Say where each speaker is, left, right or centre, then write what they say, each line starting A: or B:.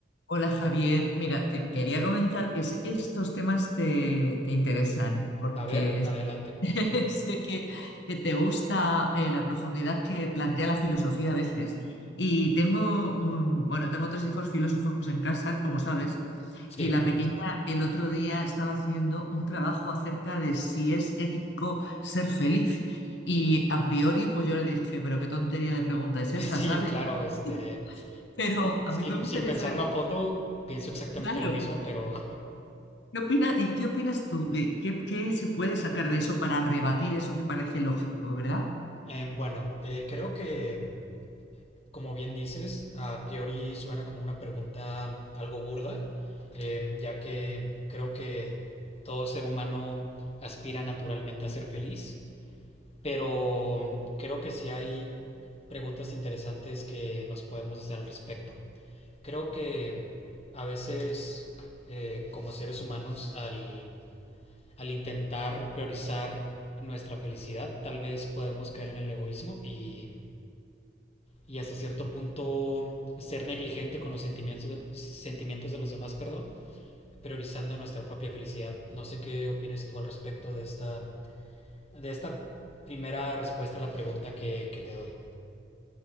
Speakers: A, on the left; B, on the left.
A: Hola Javier, mira, te quería comentar que sé que estos temas te, te interesan, porque
B: A ver, adelante.
A: <laughs> sé que, que te gusta eh, la profundidad que plantea la filosofía a veces. Y tengo un, bueno, tengo tres hijos filósofos en casa, como sabes,
B: Sí,
A: y la pequeña el otro día estaba haciendo un trabajo acerca de si es ético ser feliz. Y a priori, pues yo le dije, pero qué tontería de pregunta es esa,
B: <laughs> sí,
A: ¿sabes?
B: claro, este,
A: <laughs> Pero a
B: sin,
A: mí me gustaría
B: sin pensarlo
A: saber,
B: a fondo, pienso exactamente
A: claro.
B: lo mismo, pero
A: ¿Qué opinas, y qué opinas tú? ¿Qué, qué- qué se puede sacar de eso para rebatir eso que parece lógico, verdad?
B: <laughs> em, bueno, eh, creo que, como bien dices, a priori suena como una pregunta algo burda, em, ya que creo que todo ser humano aspira naturalmente a ser feliz, pero creo que sí hay preguntas interesantes que nos podemos hacer al respecto. Creo que a veces eh, como seres humanos al, al intentar priorizar nuestra felicidad tal vez podemos caer en el egoísmo y, y hasta cierto punto ser negligente con los sentimientos de, sentimientos de los demás, perdón, priorizando nuestra propia felicidad. No sé qué opinas tú al respecto de esta, de esta primera respuesta a la pregunta que, que te doy.